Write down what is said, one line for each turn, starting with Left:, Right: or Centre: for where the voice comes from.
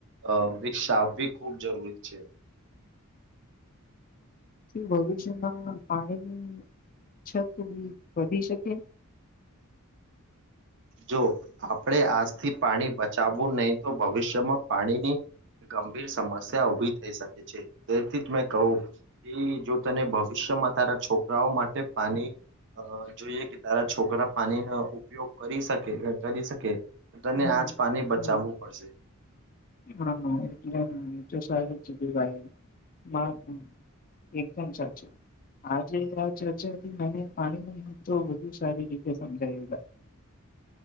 Right: અ વિકસાવવી ખૂબ જરૂરી છે
Left: ભવિષ્યમાં પાણીની અછ વધી શકે
Right: જો આપણે આજથી પાણી બચાવવું નહી તો ભવિષ્યમાં પાણીની ગંભીર સમસ્યા ઉભી થઈ શકે છે તેથી જ મેં કહું કે જો તને ભવિષ્ય જો તારા છોકરાઓ માટે પાણી જોઈએ કે તારા છોકરા પાણીનો ઉપયોગ કરી શકે કરી શકે તને
Left: હમ
Right: આજ પાણી બચાવવું
Left: હમ
Right: પડશે
Left: હા એટલે બહુ એ તો સારું જ ભાઈ એકદમ ચર્ચી આજે આ ચર્ચા હતીથી મને પાણી ન તો વધુ સારી રીતે સમજાયું <inaudible>